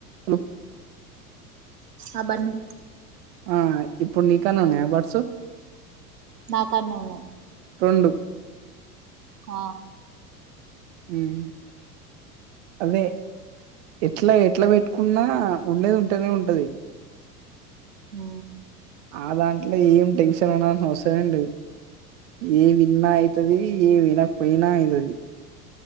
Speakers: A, on the right (about 50°); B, on the right (about 70°).
A: Hello
B: ఆ బన్ను
A: ఆ ఇప్పుడు నీకాడ్నే ఉన్నాయా బడ్సు
B: నా కాడ్నే ఉన్నద్
A: రెండు
B: ఆ
A: హ్మ అదే ఎట్లా ఎట్లా పెట్టుకున్నా ఉండేది ఉంటనే ఉంటది.
B: ఊ
A: ఆ దాంట్లో ఏం టెన్షన్ పడాల్సిన అవసరమేం లేదు. ఏం విన్నా అయితదీ ఏం వినక్పొయినా అయితది.